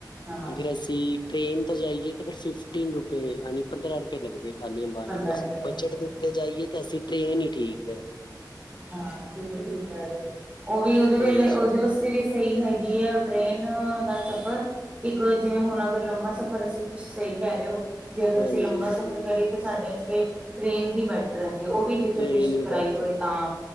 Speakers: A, on the right (about 15°); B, on the left (about 75°).
A: ਹਾਂ
B: ਅਗਰ ਅਸੀਂ ਟ੍ਰੇਨ ਤੋਂ ਜਾਈਏ ਤੇ ਫਿਰ ਫਿਫਟੀਨ ਰੁਪਏ ਯਾਨ ਪ ੇ ਲੱਗਦੇ ਆ ਖਾਲੀ ਅੰਬਾਲ
A: ਕੰਪੇਅਰ ਕਰਨ
B: ਬਜਟ ਦੇ ਉੱਤੇ ਜਾਈਏ ਤਾਂ ਅਸੀ ਟ੍ਰੇਨ ਹੀ ਠੀਕ ਆ
A: ਹਾਂ ਬਿਲਕੁਲ ਠੀਕ ਕਹਿ ਰਹੇ ਉਹ ਵੀ ਉਹਦੇ ਵੇਲੇ
B: ਹਾਂਜੀ
A: ਉਹ ਦੇਸ ਵੀ ਸਹੀ ਹੈਗੀ ਹੈ ਟ੍ਰੇਨ ਦਾ ਸਫ਼ਰ ਇੱਕ ਜਿਵੇਂ ਹੁਣ ਅਗਰ ਲੰਬਾ ਸਫ਼ਰ ਅਸੀਂ ਕੁਛ ਸਹੀ ਕਹਿ ਰਹੇ ਹੋ ਜੇ ਅਗਰ
B: ਹਾਂਜੀ
A: ਅਸੀਂ ਲੰਬਾ ਸਫ਼ਰ
B: ਹਾਂਜੀ
A: ਕਰੀਏ ਸਾਡੇ ਉਤੇ ਟ੍ਰੇਨ ਹੀ ਬੈਟਰ ਹੈ ਉਹ ਵੀ ਰਜ਼ਰਵੇ
B: ਟ੍ਰੇਨ ਹੀ
A: ਕਰ
B: ਬਿਹਤਰ
A: ਹੋਵੇ
B: ਹੈ
A: ਤਾਂ